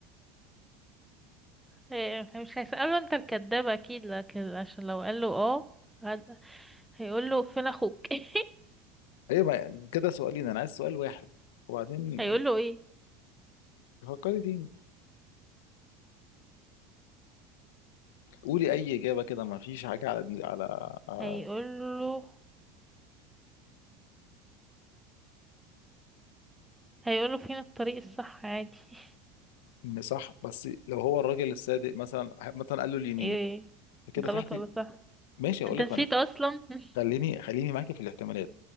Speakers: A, in the centre; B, on the left (about 75°).
A: إيه، مش هيسأله انت الكداب اكيد لكن عشان لو قال له اه هد- هيقول له فين اخوك <laughs>
B: ايوه ما- كده سؤالين انا عايز سؤال واحد وبعدين
A: هيقول له ايه
B: فكري فيه قولي اي اجابه كده ما فيش حاجه على على على-
A: هيقول له هيقول له فين الطريق الصح عادي <laughs>
B: إن صح بس لو هو الراجل الصادق مثلا مثلا قال له اليمين
A: ايه
B: فكده
A: غلط
B: في حاجه
A: ولا صح
B: ماشي اقول
A: انت
B: لك
A: نسيت
B: انا
A: اصلا <laughs>
B: خليني خليني معاكي في الاحتمالات